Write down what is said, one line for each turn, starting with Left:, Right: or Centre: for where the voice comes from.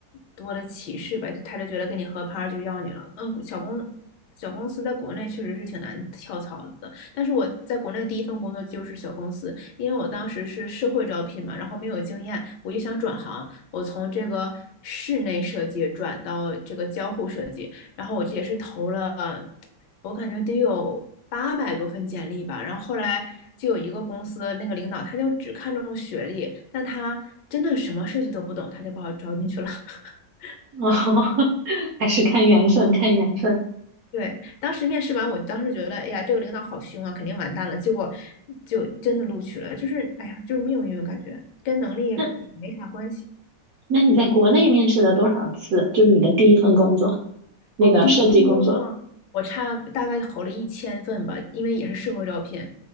Left: 多的歧视吧，就他就觉得跟你合拍儿就要你了。嗯，小公小公司在国内确实是挺难跳槽的，但是我在国内第一份工作就是小公司，因为我当时是社会招聘嘛，然后没有经验，我就想转行，我从这个室内设计转到这个交互设计，然后我这也是投了。我感觉得有八百多份简历吧，然后后来就有一个公司那个领导，他就只看重学历，但他真的什么设计都不懂，他就把我招进去了。<laughs>
Right: <laughs> 哦，还是看缘分，看缘分。
Left: 对，当时面试完，我当时觉得，哎呀，这个领导好凶啊，肯定完蛋了。结果就真的录取了，就是，哎呀，就是命运，感觉跟能力也没啥关系。
Right: 那那你在国内面试了多少次？就是你的第一份工作，那个设计工作。
Left: 哦，第一份工作我差大概投了一千份吧，因为也是社会招聘，